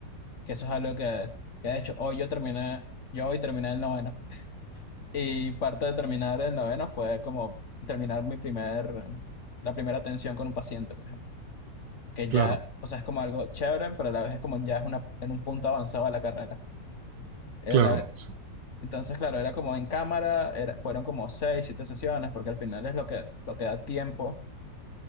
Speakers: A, on the left; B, on the right.
A: que eso es algo que, que de hecho hoy yo terminé, yo hoy terminé el noveno. Y parte de terminar el noveno fue como terminar mi primer, la primera atención con un paciente, por ejemplo que ya,
B: Claro,
A: o sea, es como algo chévere, pero a la vez es como ya es una, en un punto avanzado de la carrera. Eh,
B: claro,
A: la-
B: sí.
A: Entonces, claro, era como en cámara, era- fueron como seis, siete sesiones, porque al final es lo que, lo que da tiempo.